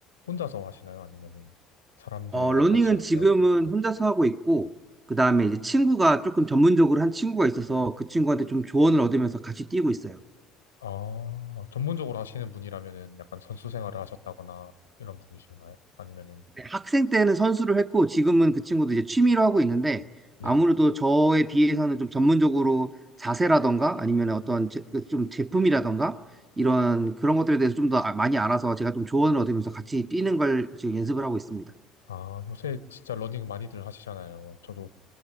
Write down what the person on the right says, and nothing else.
어, 러닝은
지금은
혼자서 하고 있고, 그 다음에 이제 친구가 조금 전문적으로 한 친구가 있어서 그 친구한테 좀 조언을 얻으면서 같이 뛰고 있어요.
네, 학생 때는 선수를 했고 지금은 그 친구도 이제 취미로 하고 있는데
아무래도 저에 비해서는 좀 전문적으로 자세라던가 아니면 어떤 제, 그좀 제품이라던가 이런 그런 것들에 대해서 좀더 아, 많이 알아서 제가 좀 조언을 얻으면서 같이 뛰는 걸 지금 연습을 하고 있습니다.